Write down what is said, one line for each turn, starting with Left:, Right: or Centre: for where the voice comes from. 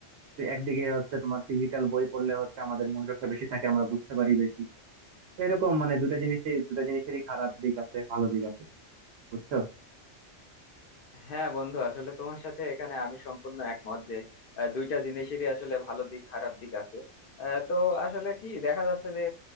Right: তো একদিকে হচ্ছে তোমার ফিজিক্যাল বই পড়লে হচ্ছে আমাদের মনোযোগটা বেশি থাকে আমরা বুঝতে পারি বেশি তো এরকম মানে দুটা জিনিসই দুটা জিনিসেরই খারাপ দিক আছে ভালো দিক আছে বুঝছো
Left: হ্যাঁ বন্ধু আসলে তোমার সাথে এখানে আমি সম্পূর্ণ একমত যে আহ, দুইটা জিনিসেরই আসলে ভালো দিক খারাপ দিক আছে আহ, তো আসলে কি দেখা যাচ্ছে যে